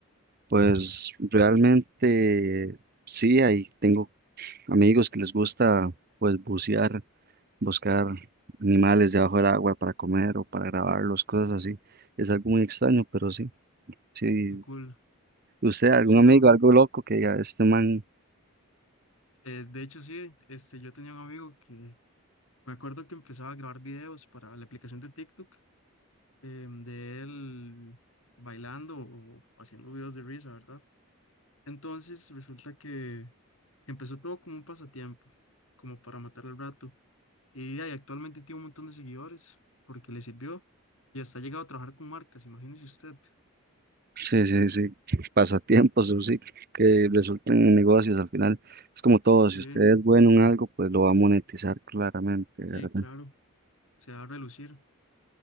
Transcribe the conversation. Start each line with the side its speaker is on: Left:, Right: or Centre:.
Right: Pues realmente sí, ahí tengo amigos que les gusta pues bucear buscar animales debajo del agua para comer o para grabarlos, cosas así. Es algo muy extraño, pero sí, sí.
Left: qué cool.
Right: ¿Usted, algún
Left: Sí,
Right: amigo,
Left: no.
Right: algo loco que diga, este man,
Left: Eh, de hecho, sí, este, yo tenía un amigo que Me acuerdo que empezaba a grabar videos para la aplicación de TikTok, em, de él bailando o haciendo videos de risa, ¿verdad? Entonces resulta que empezó todo como un pasatiempo, como para matar el rato. Y ahí actualmente tiene un montón de seguidores porque le sirvió y hasta ha llegado a trabajar con marcas, imagínese usted.
Right: sí, sí, sí, pasatiempos o sí, que resulten en negocios al final? Es como todo,
Left: Sí,
Right: si usted es bueno en algo, pues lo va a monetizar claramente,
Left: sí,
Right: ¿verdad?
Left: claro, se va a relucir.